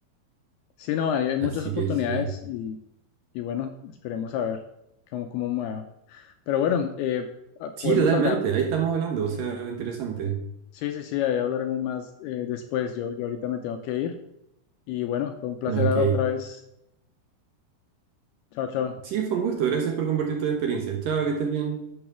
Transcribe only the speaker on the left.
sí, no, hay, hay muchas
oportunidades
y, y bueno, esperemos a ver cómo, cómo me va. Pero bueno, eh, ah,
podemos
hablar
Sí, sí, sí, ahí hablaremos más eh, después. Yo, yo ahorita me tengo que ir. Y bueno, fue un placer
ah, otra vez. Chao, chao.